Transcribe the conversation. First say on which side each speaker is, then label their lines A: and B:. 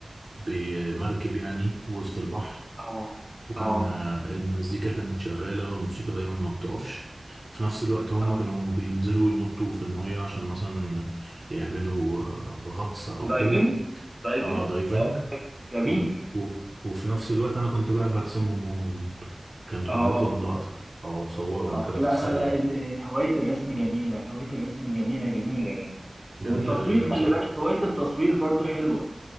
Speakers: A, on the right (about 40°); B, in the centre.
A: بمركب يعني وسط البحر
B: اه
A: وكان
B: اه
A: آه، المزيكا كانت شغاله والموسيقى دايما ما بتقفش في نفس الوقت هم
B: اه
A: كانوا بينزلوا ينطوا في الميه عشان مثلا يعملوا آه، غطس او
B: دايفنج
A: كده
B: دايفنج
A: اه دايفنج
B: اه جميل
A: و... و... وفي نفس الوقت انا كنت بقى برسمهم وهم بينطوا كنت كنت
B: اه
A: باخد اللقطه او اصورهم
B: اه
A: كده
B: لا
A: في السريع
B: لا لا ال- هواية الرسم جميلة هواية الرسم جميلة جميلة يعني
A: جميله
B: والتصوير
A: جدا
B: خلي
A: بصراحه
B: بالك هواية التصوير برضو حلوة